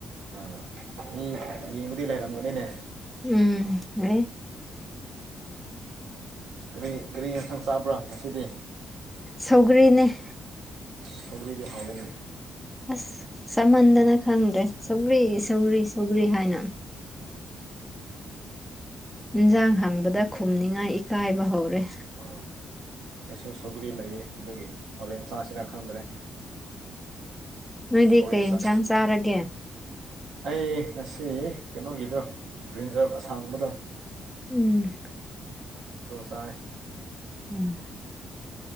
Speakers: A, on the right; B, in the centre.
A: ꯑꯥ ꯃꯤ ꯌꯦꯡꯕꯨꯗꯤ ꯂꯩꯔꯝꯒꯅꯤꯅꯦ
B: ꯎꯝ ꯑ
A: ꯀꯔꯤ ꯀꯔꯤ ꯃꯊꯪ ꯆꯥꯕ꯭ꯔꯣ ꯉꯁꯤꯗꯤ
B: ꯁꯧꯒꯔꯤꯅꯦ
A: ꯁꯒ꯭ꯔꯤꯗ ꯍꯒꯅꯦ
B: ꯑꯁ ꯆꯃꯟꯗꯅ ꯈꯪꯗ꯭ꯔꯦ ꯁꯧꯒ꯭ꯔꯤ ꯁꯒ꯭ꯔꯤ ꯁꯧꯒ꯭ꯔꯤ ꯍꯥꯏꯅ
A: ꯑ
B: ꯏꯟꯁꯥꯡ ꯍꯥꯡꯕꯗ ꯈꯨꯝꯅꯤꯉꯥꯏ ꯏꯀꯥꯏꯕ ꯍꯧꯔꯦ
A: ꯑꯥ ꯑꯩꯁꯨ ꯁꯧꯒ꯭ꯔꯤ ꯂꯩꯌꯦ ꯑꯗꯨꯒꯤ ꯍꯣꯔꯦꯟ ꯆꯥꯁꯤꯔꯥ ꯈꯪꯗ꯭ꯔꯦ
B: ꯃꯣꯏꯗꯤ
A: ꯁꯧꯒ꯭ꯔꯤ
B: ꯀꯩꯅ
A: ꯆꯥ
B: ꯁꯪ ꯆꯔꯒꯦ
A: ꯑꯩ ꯉꯁꯤ ꯀꯩꯅꯣꯒꯤꯗꯣ ꯒ꯭ꯔꯤꯟꯖꯔ ꯑꯁꯥꯡꯕꯗꯣ
B: ꯎꯝ
A: ꯁꯥ
B: ꯎꯝ